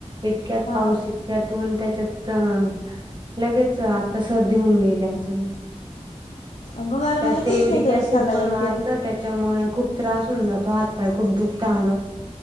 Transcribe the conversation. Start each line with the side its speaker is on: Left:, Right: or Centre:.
Right: इतक्यांत
Left: हा
Right: पाऊस इतक्यांतन ऊन त्यांच्यात अ. लगेचं आता सर्दी होऊन गेलीं अजूंन.
Left: अगं मला
Right: त्यांत
Left: माहितीच
Right: ते युरक
Left: नाही तुला
Right: ऍसिड
Left: सलाईन
Right: पणं वाढतं
Left: ते
Right: त्यांत. त्यांच्यामुळे खूंप त्रांस होऊंन जातो हात पाय खूंप दुखता अगं.